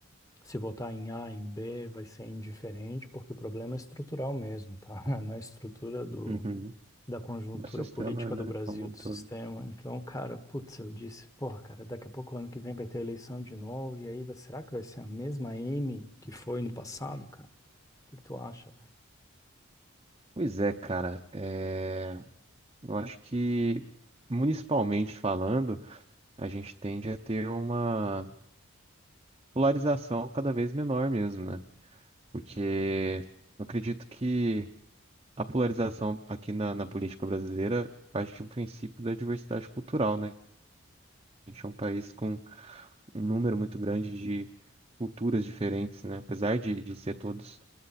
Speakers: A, on the left (about 15°); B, on the right (about 25°).
A: se votar em A, em B, vai ser indiferente, porque o problema é estrutural mesmo, tá? <laughs> Na estrutura do,
B: Uhum.
A: da conjuntura
B: O sistema,
A: política
B: né?
A: do Brasil,
B: Como um
A: do
B: todo.
A: sistema. Então, cara, putz, eu disse, porra, cara, daqui a pouco, ano que vem, vai ter eleição de novo, e aí, vai- será que vai ser a mesma M que foi no passado, cara? O que que tu acha, velho?
B: Pois é, cara. É, Eu acho que, municipalmente falando, a gente tende a ter uma polarização cada vez menor mesmo, né? Porque eu acredito que. A polarização aqui na, na política brasileira parte de um princípio da diversidade cultural, né? A gente é um país com um número muito grande de culturas diferentes, né? Apesar de, de ser todos,